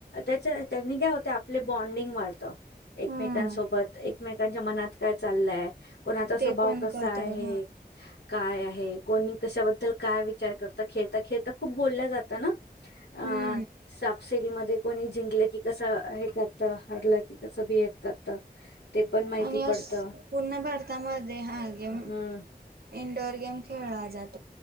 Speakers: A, on the left; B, on the right.
A: त्याच्या त्यांनी काय होते? आपले बॉन्डिंग वाढतं. एकमेकांसोबत
B: हम्म
A: एकमेक त्यांच्या मनात काय चाललंय? कोणाचा स्वभाव
B: ते पण
A: कसा
B: कळत
A: आहे?
B: हा
A: काय आहे? कोणी कशाबद्दल काय विचार करता? खेळता खेळता खूप बोलल्या जातं ना. अ
B: हम्म.
A: साप. सीडीमध्ये कोणी जिंकलं की कसं हे करत? हरलं की कसं बिहेव करतं. ते पण माहिती
B: आणि अस
A: पडतं.
B: पूर्ण भारतामध्ये हा गेम,
A: हम्म.
B: इंडोअर गेम खेळला जातो.